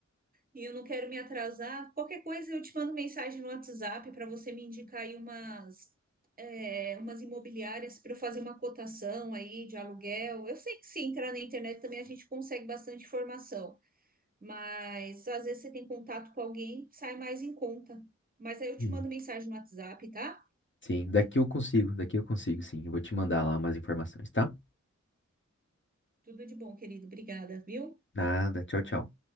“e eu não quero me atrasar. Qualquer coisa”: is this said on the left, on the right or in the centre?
Right